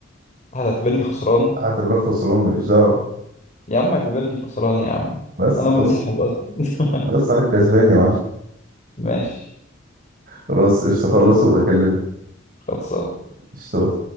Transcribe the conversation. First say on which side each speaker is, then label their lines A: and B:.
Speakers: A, on the left (about 35°); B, on the right (about 45°).
A: هتعتبرني خسران
B: أعتبرك خسران ماليش دعوة
A: يا عم اعتبرني خسران يا عم
B: بس
A: انا
B: خلاص
A: منسحب اصلا <laughs>
B: بس أنا الكسبان يا معلم
A: ماشي
B: خلاص قشطة خلص وابقى كلمني
A: خلصان
B: قشطة